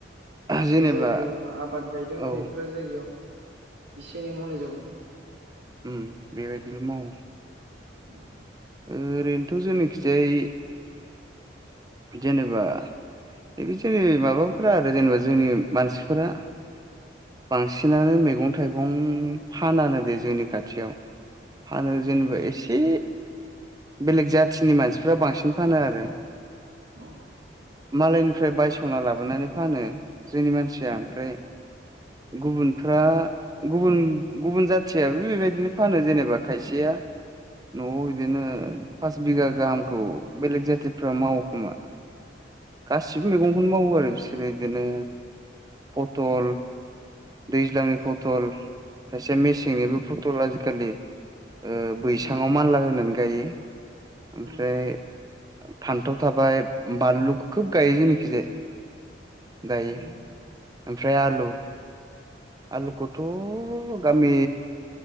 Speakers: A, on the right; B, on the right.
A: जि
B: जेनेबा
A: जायगायाव आबाद गायदों
B: औ
A: बेफोरो जायगायाव इसे एनै मावनाय जाबाय
B: उम बेबायदिल मावो
A: <inaudible>
B: ओरैनोथ' जोंनाखिजाय जेनेबा बिदिनो माबाफोरा आरो जेनेबा जोंनि मानसिफोरा बांसिनानो मैगं थाइगं फानानो दे जोंनि खाथियाव फानो
A: उम
B: जेनेबा एसे बेलेग जाथिनि मानसिफ्रा बांसिन फानो आरो
A: औ
B: मालायनिफ्राय बायस'ना लाबोनानै फानो जोंनि मानसिया ओमफ्राय गुबुनफ्रा गुबुन गुबुन जाथियाबो बेबायदिनो फानो जेनेबा खायसेया न'आव बिदिनो फास बिघा गाहामखौ बेलेक जाति फोरा मावो खोमा गासिबो मैगंखौनो मावो आरो बिसोरो बिदिनो पथल दैज्लांनि फटल खायसे मेसेंनिबो फटल आजिखालि ओ बैसाङाव
A: उम
B: मानला होनानै गायो ओमफ्राय
A: उम
B: फान्थाव थाबाय बानलु खोब गायो जेनोखिजाय दायो
A: उम
B: ओमफ्राय आलु आलुखौथ' गामि